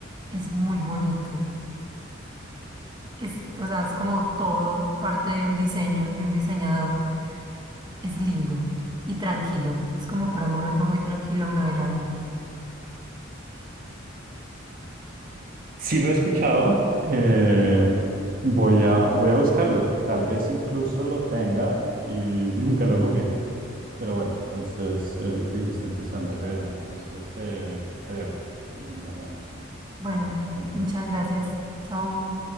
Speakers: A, on the right (about 25°); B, on the right (about 50°).
A: Es muy bonito. Es, o sea, es como todo parte de un diseño, de un diseñador. Es lindo y tranquilo. Es como para un momento muy tranquilo uno de la vida.
B: Sí lo he escuchado. eh, voy a, voy a buscarlo. Tal vez incluso lo tenga y <laughs> nunca lo jugué. Pero bueno, entonces, eh, uy, está empezando a llover. Entonces te, te dejo y hablamos.
A: Bueno,
B: ah,
A: Felipe,
B: tal vez
A: muchas
B: más tarde.
A: gracias. Chau.